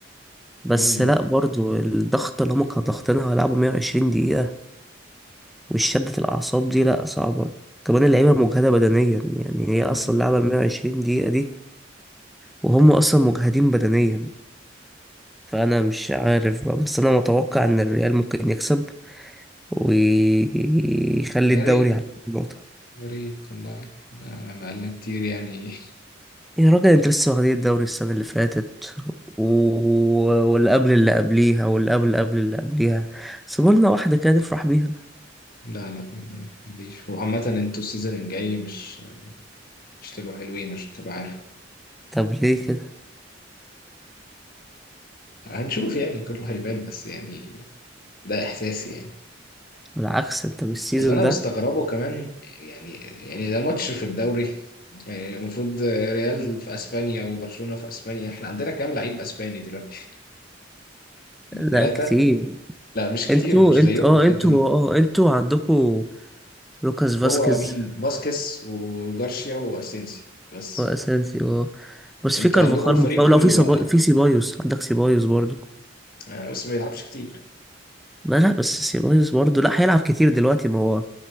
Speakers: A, in the centre; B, on the left.
A: بس
B: كمان
A: لأ برضو الضغط اللي هما كانوا ضاغطينها هيلعبوا 120 دقيقة والشدة الأعصاب دي لأ صعبة كمان اللعيبة مجهدة بدنيا يعني هي
B: مم.
A: أصلا لعبة ال 120 دقيقة دي وهم أصلا مجهدين بدنيا فأنا مش عارف بقى بس أنا متوقع إن الريال ممكن يكسب ويخلي
B: يا
A: الدوري
B: ريت
A: على نقطة
B: يا ريت والله لا، بقالنا كتير يعني
A: يا راجل انت لسه واخدين الدوري السنة اللي فاتت و... واللي قبل اللي قبليها واللي قبل قبل اللي قبليها سيبولنا واحدة كده نفرح بيها
B: لا لا مفيش وعامة انتوا السيزون الجاي مش مش تبقوا حلوين عشان تبقى عارف
A: طب ليه كده
B: هنشوف يعني كله هيبان بس يعني ده احساسي يعني
A: بالعكس انت بالسيزون
B: اللي انا
A: ده
B: مستغربه كمان يعني يعني ده ماتش في الدوري يعني المفروض ريال في اسبانيا وبرشلونة في اسبانيا احنا عندنا كام لعيب اسباني دلوقتي ثلاثة
A: لا كتير
B: لا مش كتير
A: انتوا
B: مش
A: انت
B: زيكم
A: اه
B: انتوا
A: انتوا اه انتوا عندكوا لوكاس فاسكيز
B: هو مين فاسكيز وجارشيا واسينسيو بس
A: واسانسيو اه بس
B: انتوا
A: في كارفاخال
B: عندكم الفريق
A: مصاب
B: كله
A: لو في سبا...
B: بقى
A: في سيبايوس عندك سيبايوس برضو
B: آه، بس ما يلعبش كتير
A: لا لا بس سيبايوس برضه لا هيلعب كتير دلوقتي ما هو